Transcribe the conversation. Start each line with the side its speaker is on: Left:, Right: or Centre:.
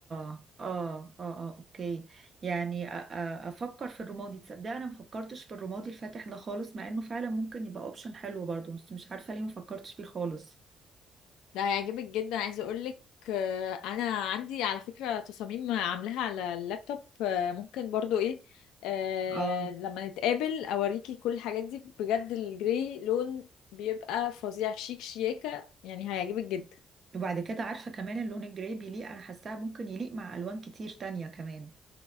Right: اه اه اه اوكي يعني أ- أ- افكر في الرمادي تصدق انا ما فكرتش في الرمادي الفاتح ده خالص مع انه فعلا ممكن يبقى اوبشن حلو برضه بس مش عارفه ليه ما فكرتش فيه خالص
Left: ده هيعجبك جدا عايزه اقولك آه، انا عندي على فكره تصاميم عاملاها على اللابتوب آه، ممكن برضو ايه آه،
Right: اه
Left: لما نتقابل اوريكي كل الحاجات دي بجد الجري لون بيبقى فظيع شيك شياكه يعني هيعجبك جدا
Right: وبعد كده عارفه كمان اللون الجراي بيليق انا حاساه ممكن يليق مع الوان كتير تانية كمان